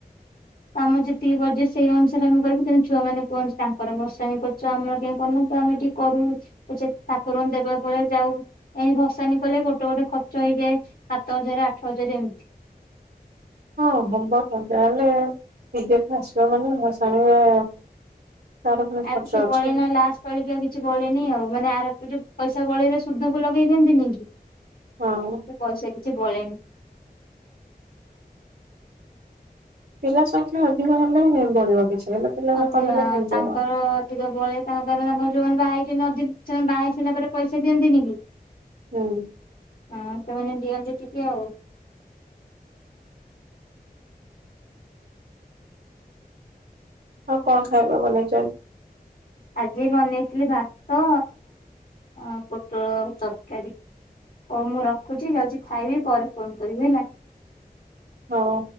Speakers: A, on the left (about 60°); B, on the right (about 80°).
A: ତ ଆମେ ଯେତିକି ବଜେଟ୍ ସେଇ ଅନୁସାରେ ଆମେ କରିବୁ ତେଣୁ ଛୁଆମାନେ କୁହନ୍ତି ତାଙ୍କର ଭସାଣି କରୁଛ ଆମର କାଇଁ କରୁନ ତ ଆଉ ଏଠି କରୁ ପଛେ <unintelligible> ଦେବା ପରେ ଯାଉ। ଏମିତି ଭସାଣି କଲେ ଗୋଟେ ଗୋଟେ ଖର୍ଚ୍ଚ ହେଇଯାଏ। ସାତ ହଜାର ଆଠ ହଜାର ଏମିତି
B: ହଁ ହବ ତ ଯାହେଲେ ଡିଜେ ତ ଆସିବ ମାନେ ଭସାଣିରେ ତାର ପୁଣି
A: ଆଉ
B: ଖର୍ଚ୍ଚ
A: କିଛି
B: ଅଛି
A: ବଳେନା ଲାଷ୍ଟ ପାଳିକି ଆଉ କିଛି ବଳେନି ଆଉ ମାନେ ଆର ବର୍ଷ ଯଉ ପଇସା ବଳେଇଲେ ସୁଧକୁ ଲଗେଇ ଦିଅନ୍ତିନି କି,
B: ହଁ।
A: ସେ ପଇସା କିଛି ବଳେନି।
B: ପିଲା ସଂଖ୍ୟା ଅଧିକ ହେଲେ ବଳିବ। କିଛି ହେଲେ ପିଲା
A: ଅଧିକ
B: କମିଲେ କେମିତି
A: ତାଙ୍କର
B: ହବ
A: ଅଧିକ ବଳେ ତାଙ୍କ ତାଙ୍କର ଯୋଉମାନେ ବାହା ଟଏ ନଦୀ ସେମାନେ ବାହା ହେଇ ସାରିଲା ପରେ ପଇସାିଅନ୍ତିନି କି।
B: ହୁଁ।
A: ହଁ ସେମାନେ ଦିଅନ୍ତି ଟିକେ ଆଉ।
B: ଆଉ କଣ ଖାଇବା ବନେଇଚ ଆଜି?
A: ଆଜି ବନେଇଥିଲି ଭାତ, ଆଉ ପୋଟଳ ତରକାରୀ। ହଉ ମୁଁ ରଖୁଛି ଯାଉଛି ଖାଇବି ପରେ ଫୋନ କରିବି ହେଲା।
B: ହଉ।